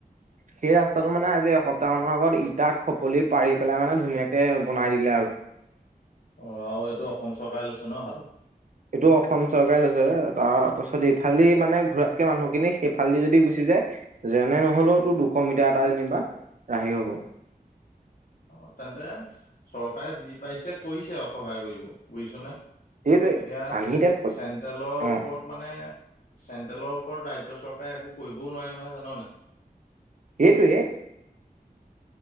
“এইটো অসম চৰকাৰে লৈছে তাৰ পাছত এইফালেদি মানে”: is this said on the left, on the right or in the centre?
Right